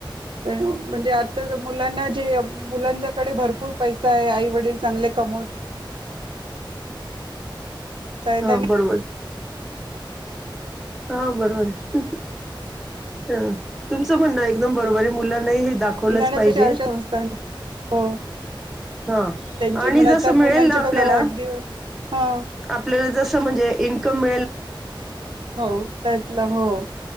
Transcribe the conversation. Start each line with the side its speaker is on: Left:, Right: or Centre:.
Right: म्हणजे आता मुलांना जे मुलांच्याकडे भरपूर पैसा आहे आई वडील चांगले कमवत आहे
Centre: हा
Right: त्यांना
Centre: बरोबर हा बरोबर आहे हा तुमचं म्हणण एकदम बरोबर आहे मुला नाही हे दाखवलं
Right: घेऊन जाण्यापेक्षा
Centre: पाहिजे
Right: अशा संस्थांना हो
Centre: ह
Right: त्यांचे
Centre: आणि
Right: म्हणजे
Centre: जस
Right: आता
Centre: मिळेल
Right: मुलांचे
Centre: ना आपल्याला
Right: बघा वाढदिवस हा
Centre: आपल्याला जस म्हणजे इनकम..
Right: हो त्यातला हो